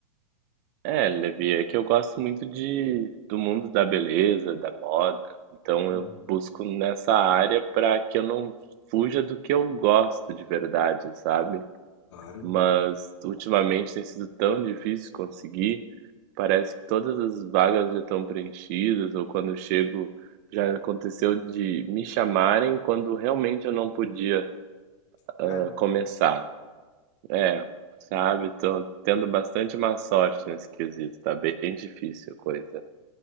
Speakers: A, on the right; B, on the left.
A: É, Levi, é que eu gosto muito de, do mundo da beleza, da moda. Então
B: Muito bom,
A: eu busco nessa área para que eu não fuja do que eu gosto de verdade, sabe?
B: Claro.
A: Mas ultimamente tem sido tão difícil conseguir. Parece que todas as vagas já estão preenchidas, ou quando eu chego, já aconteceu de me chamarem quando realmente eu não podia
B: Caramba,
A: ah, começar. É, sabe? Tô tendo bastante má sorte nesse quesito, tá bem difícil a coisa.